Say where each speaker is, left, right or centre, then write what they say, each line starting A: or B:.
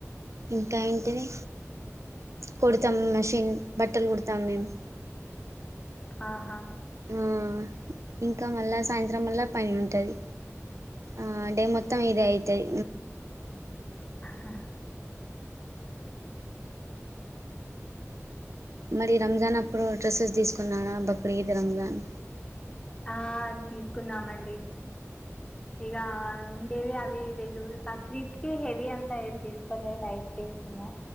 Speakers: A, on the right; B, on the left.
A: ఇంకా ఏంటిది కుడతాం మషిన్ బట్టలు కుడతాము మేము
B: ఆహా
A: ఆ ఇంకా మళ్ళా సాయంత్రం మళ్ళా పని ఉంటది ఆ డే మొత్తం ఇదే అయితయి
B: ఆ
A: మరి రంజాన్ అప్పుడు డ్రస్సెస్ తీసుకున్నార బక్రీద్ రంజాన్
B: ఆ తీసుకున్నామండి ఇక ఉండేవి అవి రెండు ప బక్రీద్ కి హెవీ అంతా ఏం తీసుకోలే లైట్ తీసుకున్నా